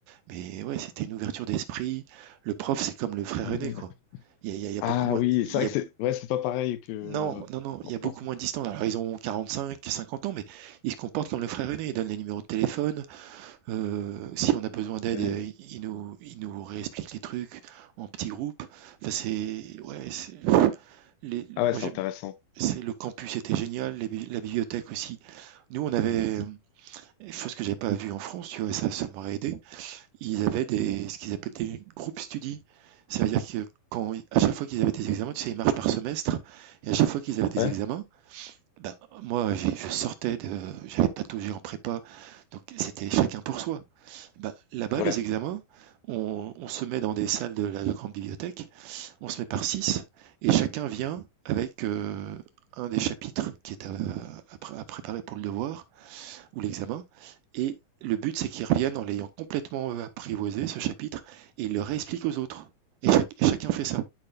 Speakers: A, on the right; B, on the left.
A: mais ouais, c'était une ouverture d'esprit. Le prof, c'est comme le frère
B: Ah
A: aîné,
B: ouais.
A: quoi. Il y a, il y a- il y a
B: Ah
A: beaucoup moins.
B: oui,
A: Il
B: c'est vrai
A: y
B: que
A: a,
B: c'est ouais, c'est pas pareil que euh,
A: non, non, non,
B: qu'en
A: il y
B: France.
A: a beaucoup moins de distance. Alors, ils ont 45, 50 ans, mais ils se comportent comme le frère aîné. Ils donnent les numéros de téléphone. Euh, si on a besoin d'aide,
B: Mais-
A: euh, ils nous, ils nous réexpliquent les trucs en petits groupes. Enfin, c'est. Ouais, c'est. les-
B: Ah ouais,
A: moi,
B: c'est
A: j'ai-
B: intéressant.
A: c'est le campus était génial, les bi- la bibliothèque aussi. Nous, on avait, euh, chose que j'avais pas vue en France, tu vois, ça, ça m'aurait aidé. Ils avaient des, ce qu'ils appellent des groupes study. Ça veut dire que quand, à chaque fois qu'ils avaient des examens, tu sais, ils marchent par semestre, et à chaque fois qu'ils avaient des
B: Ouais,
A: examens, ben, moi, j'ai- je sortais de, j'avais pataugé en prépa, donc c'était chacun pour soi. Ben, là-bas,
B: ouais.
A: les examens, on, on se met dans des salles de la grande bibliothèque, on se met par six, et chacun vient avec euh, un des chapitres qui est à, à à préparer pour le devoir ou l'examen, et le but c'est qu'ils reviennent en l'ayant complètement euh, apprivoisé, ce chapitre, et ils le réexpliquent aux autres. Et, chaque- et chacun fait ça.